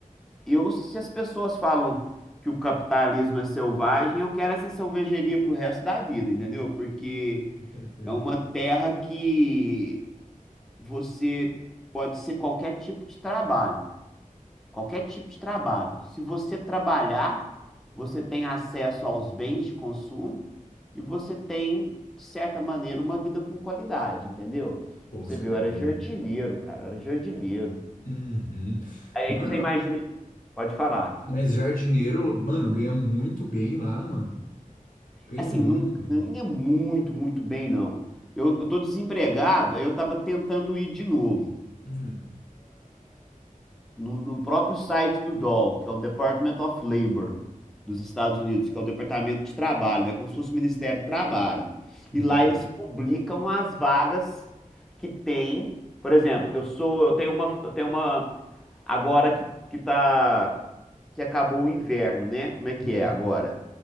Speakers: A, in the centre; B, on the left (about 70°).
A: eu, se as pessoas falam que o capitalismo é selvagem, eu quero essa selvageria pro resto da vida, entendeu? Porque
B: Com certeza.
A: é uma terra que você pode ser qualquer tipo de trabalho. Qualquer tipo de trabalho. Se você trabalhar, você tem acesso aos bens de consumo e você tem, de certa maneira, uma vida com qualidade, entendeu? Pra
B: Com
A: Você
B: certeza.
A: viu, eu era jardineiro, cara, eu era jardineiro.
B: Uhum.
A: Aí
B: Mano,
A: aí que você imagina. Pode falar.
B: mas jardineiro, mano, ganha muito bem lá, mano. Ganha
A: Assim,
B: muito
A: não
B: bem.
A: ganha muito, muito bem, não. Eu, eu tô desempregado, aí eu tava tentando ir de novo.
B: Hum.
A: no, no próprio site do DOL, que é o Department of Labor dos Estados Unidos, que é o Departamento de Trabalho, né? Como se fosse o Ministério do Trabalho.
B: Uhum,
A: E lá eles publicam as vagas que tem. Por exemplo, eu sou, eu tenho uma, eu tenho uma agora que, que tá, que acabou o inverno, né? Como é que
B: uhum.
A: é agora?